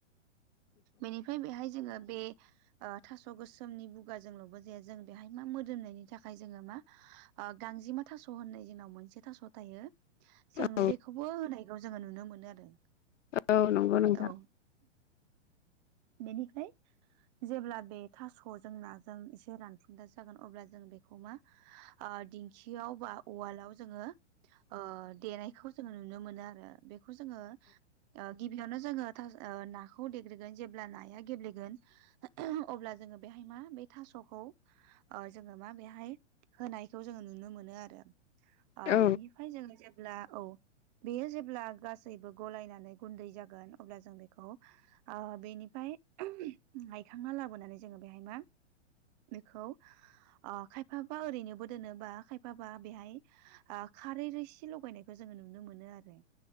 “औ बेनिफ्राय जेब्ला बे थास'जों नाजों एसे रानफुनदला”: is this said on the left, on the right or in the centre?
Right